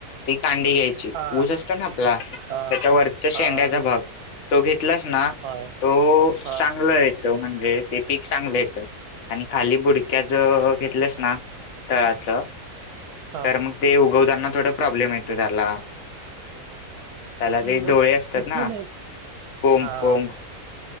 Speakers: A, on the left (about 55°); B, on the right (about 80°).
A: ती कांडी घ्यायची
B: हा
A: ऊस असतो ना आपला त्याच्यावररचा
B: हा
A: शेंड्याचा
B: हा
A: भाग तो घेतलास ना
B: हा
A: तो
B: हा
A: चांगला येत म्हणजे ते पीक चांगलेेत आणि खाली बुडक्या ज घेतलंस ना तळाच
B: हा
A: तर मग ते उगवताना थोड प्रॉब्लेम येतो त्याला त्याला ते
B: मग
A: डोळे असतात
B: किती
A: ना
B: महि
A: कोंब
B: हा
A: कोंब